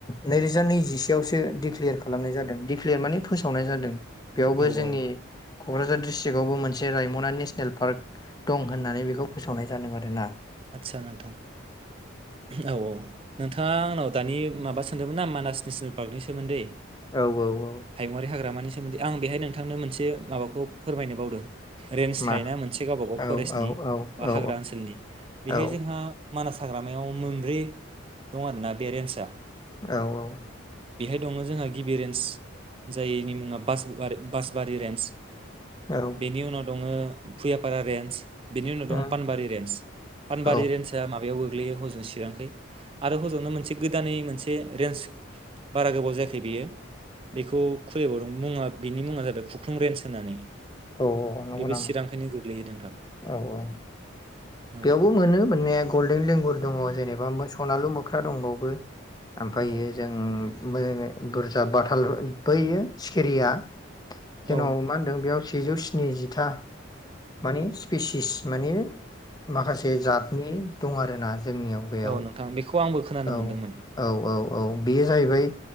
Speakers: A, on the left; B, on the right.
A: नैरोजा नै जिसेआवसो दिक्लियार खालामनाय जादों दिक्लियार माने फोसावनाय जादों। बेयावबो
B: औ
A: जोंनि
B: औ
A: क'क्राझार डिस्ट्रिकआवबो मोनसे रायम'ना नेसनेल पार्क दं होननानै बेखौ फोसावनाय जादों आरो ना।
B: आदसा नोंथां औ औ नोंथाङा आंनाव दानि माबा सोंदोंमोन ना मानास नेसनेल पार्कनि सोमोन्दै।
A: औ औ औ ‌‌।
B: हायुङारि हाग्रामानि सोमोन्दै आं बेहाय नोंथांनो मोनसे माबाखौ फोरमायनो बावदों। रेन्स
A: मा
B: थायोना मोनसे गावबा गाव
A: औ
B: फरेस्टनि
A: औ औ
B: बा
A: औ
B: हाग्रा ओनसोलनि। बेहाय
A: औ
B: जोंहा मानास हाग्रामायाव मोनब्रै दं आरोना बे रेन्सआ।
A: औ औ।
B: दंङो जोंहा गिबि रेन्ज जायनि मुङा बासाबारि बासबारि रेन्ज।
A: औ
B: बेनि उनाव दङो फुयापारा रेन्ज बेनि उनाव
A: उम
B: दं पानबारि रेन्ज पानबारि
A: औ
B: रेन्जआ माब बायाव गोग्लैयो हजों चिरांखै आरो हजोंनो मोनसे गोदानै मोनसे रेन्स बारा गोबाव जायाखै बेयो बेखौ खुलिबावदों मुङा बिनि मुङा जाबाय खुख्लुं रेन्स होननानै
A: औ नंगौ
B: बेबो
A: नामा
B: चिरांखैनो गोग्लैयो नोंथां।
A: औ औ
B: औ
A: बेयावबो मोनो मोननाया गल्डेन लेंगुर दङ जेनेबा मो सनालु म खारं बावबो ओमफायो
B: औ
A: जों मोजाङै बुरजा बाथाल बैयो सिखिरिया
B: औ
A: जेननाव मा होनदों बेयाव सि सेजौ स्निजिथा माने स्पेसिस माने माखासे जातनि दं आरोना? जोंनियाव बेयाव
B: औ नोंथां बेखौ आंबो खोनानो
A: औ
B: मोनदोंमोन
A: औ औ औ बेयो जाहैबाय